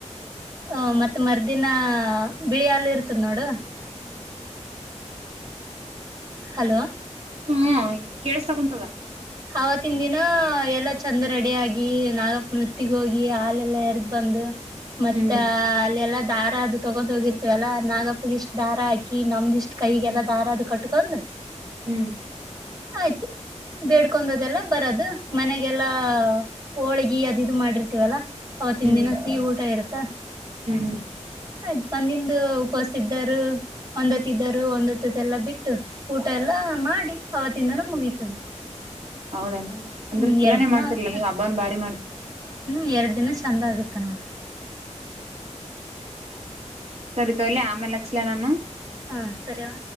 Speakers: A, on the right (about 35°); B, on the right (about 60°).
A: ಹ ಮತ್ತೆ ಮರ್ದಿನ ಬಿಳಿಹಾಲು ಇರ್ತದ ನೋಡು.
B: ಹ್ಮ್.
A: ಹಲೋ.
B: ಹ್ಮ ಹ ಕೇಳಸ ತಕಂತದ.
A: ಆವತ್ತಿನ ದಿನ ಎಲ್ಲಾ ಚಂದ ರಡಿ ಆಗಿ ನಾಗಪ್ಪನ ಉತ್ತಿಗೆ ಹೋಗಿ ಹಾಲೆಲ್ಲ ಎರ್ದ್. ಬಂದು ಮತ್ತ
B: ಹ್ಮ್
A: ಅಲ್ಲೆಲ್ಲಾ ದಾರ ಅದು ತಗೊಂದು ಹೋಗಿರ್ತ. ಇವೆಲ್ಲಾ ನಾಗಪ್ಪಗೆ ಇಷ್ಟ್. ದಾರ ಹಾಕಿ ನಮ್ದಿಷ್ಟ್ ಕೈಗೆಲ್ಲಾ
B: ಹ್ಮ್
A: ದಾರ ಅದು ಕಟ್ಕೊಂಡ್
B: ಹ್ಮ್
A: ಆಯ್ತು ಬೇಡ್ಕೊಂಡದೆಲ್ಲ ಬರದು ಮನೆಗೆಲ್ಲಾ ಹೋಳಗಿ ಅದು ಇದು ಮಾಡಿರ್ತೀವಲ್ಲಾ ಅವತ್ತಿನ
B: ಹ್ಮ್
A: ದಿನ ಸಿಹಿ ಊಟ ಇರುತ್ತಾ
B: ಹ್ಮ್ ಹ್ಮ್
A: ಆಯ್ತತ್ ಬಂದ ನಿಮ್ದು ಉಪವಾಸ ಇದ್ದರು ಒಂದತ್ಿದ್ದರು ಒಂದತ್ತದೆಲ್ಲ ಬಿಟ್ಟು ಊಟ ಎಲ್ಲ ಮಾಡಿ ಅವತ್ತಿಂದನೂ ಮುಗೀತದ
B: ಹೌದನಾ ಅಂದ್ರ
A: ಹ್ಮ್
B: ಚಲಾನನೆ
A: ಎರಡ್ ದಿನ
B: ಮಾಡ್ತಿರ್ಲಾ
A: ಆಗುತ್ತಾ.
B: ನೀವು ಹಬ್ಬಾನ್ ಭಾರಿ ಮಾಡ್ತಿರ
A: ಹ್ಮ್ ಎರಡು ದಿನ ಚಂದ ಆಗತ್ತ ನೋಡಿ
B: ಸರಿ ತೋಲಿ ಆಮೇಲೆ ಹಚ್ಲ ನಾನು
A: ಹಾ ಸರಿವಾ